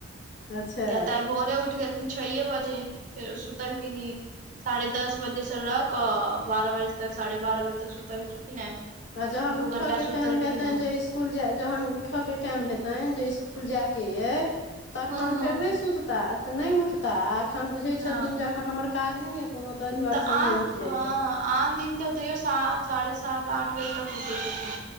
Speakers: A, on the left (about 65°); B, on the right (about 40°).
A: अच्छा
B: किएक तऽ आइ भोरे उठि गेल छओए बजे। फेर सूतल किनी साढ़े दस बजेसं लऽ कऽ बारह बजे तक साढ़े बारह बजे तक सुतलखिन हे।
A: आ जहन
B: दू
A: उठयके
B: घंटा सुतलखिन
A: टाइम हेतनि
B: हे
A: जे इस्- इसकुल जाइ, जखन उठयके टाइम हेतनि जे इसकुल जायके अइ तखन
B: हँ हँ
A: फेर नहि सुतताह अ तऽ नहि उठताह आ एखन बुझैत
B: नहि
A: छथिन जे एखन हमर काज नहि यए कोनो, ताहि दुआरे
B: तऽ
A: सङ्गे
B: आ
A: उठि
B: हँ
A: जाइत छथि।
B: आन दिन तऽ तैओ सात-साढ़े सात, आठ बजे तक उठैत छथिन,